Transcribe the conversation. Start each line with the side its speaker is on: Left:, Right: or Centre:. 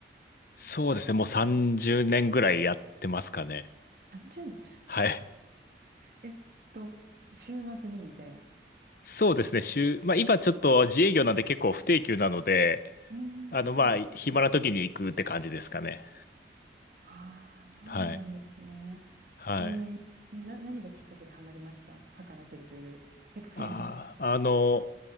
Left: そうですね、もう30年ぐらいやってますかね。
Right: 30年。
Left: はい。
Right: えっと、週末にみたいな。
Left: そうですね、週、まあ今ちょっと自営業なんで結構不定休なので、
Right: うーん、
Left: あの、まあ、
Right: 忙しい。
Left: 暇な時に行くって感じですかね。
Right: ああ、そうなんですね。
Left: はい。はい。
Right: えー、えな、何がきっかけでハマりました魚釣りという <laughs> 世界に。
Left: ああ、あの、